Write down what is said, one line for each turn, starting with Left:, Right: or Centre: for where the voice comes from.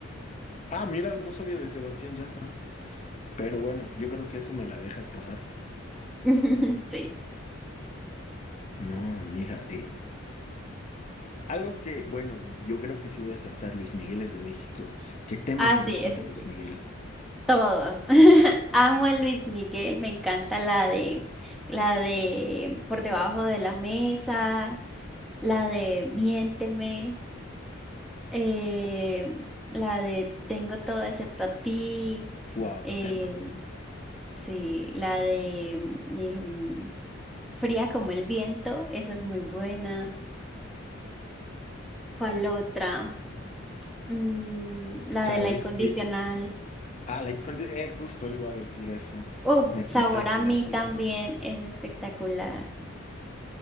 Left: Ah, mira, no sabía de Sebastián Yatra, pero bueno, yo creo que eso me la dejas pasar.
Centre: <laughs> Sí.
Left: No, mira, eh, algo que, bueno, yo creo que sí voy a acertar, Luis Miguel es de México. ¿Qué temas
Centre: Ah,
Left: te
Centre: sí,
Left: gustan
Centre: eso
Left: de Luis
Centre: sí.
Left: Miguel?
Centre: Todos. <laughs> Amo a Luis Miguel, me encanta la de la de Por debajo de la mesa, la de Miénteme, eh, la de Tengo todo excepto a ti.
Left: Wow,
Centre: em,
Left: qué tema.
Centre: Sí, la de em, Fría como el viento, esa es muy buena. ¿Cuál otra? Mm, la
Left: ¿Sabes?
Centre: de la incondicional.
Left: Eh, ah, la icon- eh, justo iba a decir eso.
Centre: Uf,
Left: Me
Centre: Sabor
Left: quitaste
Centre: a mí
Left: la palabra.
Centre: también es espectacular.